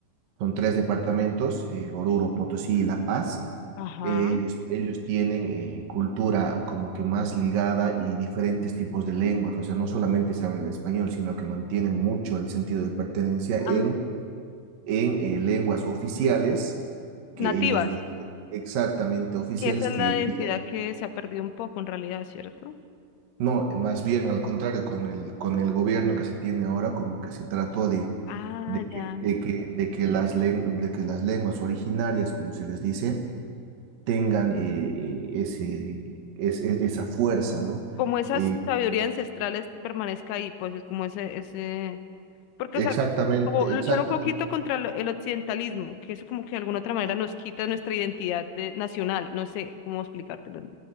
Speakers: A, on the right; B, on the left.
A: son tres departamentos, eh, Oruro, Potosí y La Paz,
B: Ajá.
A: eh, ellos, ellos tienen eh, cultura como que más ligada y diferentes tipos de lenguas, o sea, no solamente se habla el español, sino que mantienen mucho el sentido de pertenencia en
B: Ajá.
A: en eh, lenguas oficiales, que
B: Nativas,
A: ellos lo tienen exactamente oficiales,
B: que esa es
A: que,
B: la identidad
A: que-
B: que se ha perdido un poco en realidad, ¿cierto?
A: no, más bien al contrario, con el, con el gobierno que se tiene ahora, como que se trató de,
B: Ah,
A: de
B: ya.
A: que, de que, de que las len- de que las lenguas originarias, como se les dice, tengan eh, eh, ese, es- es- esa fuerza, ¿no?
B: Como esa
A: Y
B: sabiduría ancestral es- permanezca ahí, pues es como ese, ese, porque,
A: exactamente,
B: o sea, co- como luchar
A: exactamente.
B: un poquito contra lo- el occidentalismo, que eso como que de alguna otra manera nos quita nuestra identidad de, nacional, no sé cómo explicártelo.